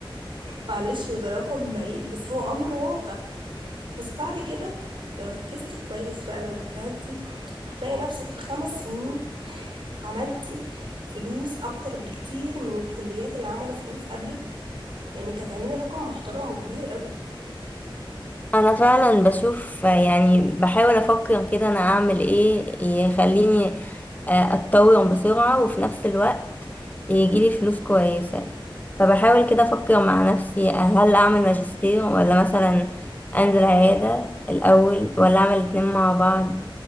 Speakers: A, on the right (about 65°); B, on the left (about 20°).
A: معلش وده رقم بعيد بس هو امر واقع بس بعد كده لو ركزتي كويس فعلا واجتهدتي هتلاقي نفسك في خمس سنين عملتي فلوس اكتر بكتير من الكليات اللي عملوا فلوس قبلك لانك هتعملي رقم محترم وكبير قوي
B: انا فعلا بشوف يعني بحاول افكر كده انا اعمل ايه يخليني آه، اتطور بسرعة وفي نفس الوقت يجيلي فلوس كويسة فبحاول كده افكر مع نفسي آه، هل اعمل ماجستير ولا مثلا انزل عيادة الاول ولا اعمل الاتنين مع بعض